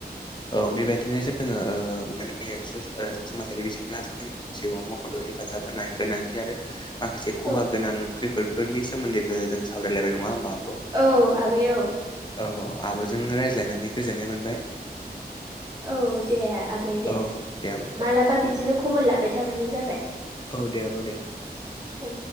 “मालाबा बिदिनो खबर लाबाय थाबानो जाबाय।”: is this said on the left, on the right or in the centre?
Right